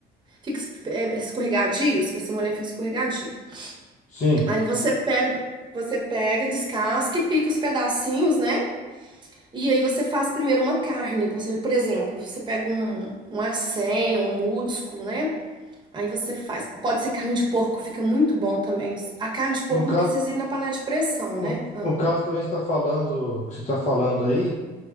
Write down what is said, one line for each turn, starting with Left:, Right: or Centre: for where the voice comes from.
Right: fica es- é, escorregadio. Se você molhar, fica escorregadio.
Left: Sim.
Right: Aí você pega, você pega, descasca e pica os pedacinhos, né? E aí você faz primeiro uma carne. Você, por exemplo, você pega um, um acém ou um músculo, né? Aí você faz. Pode ser carne de porco, fica muito bom também. A carne de porco
Left: No caso
Right: não precisa ir na panela de pressão, né?
Left: No,
Right: Ah,
Left: no caso também você está falando, que você está falando aí,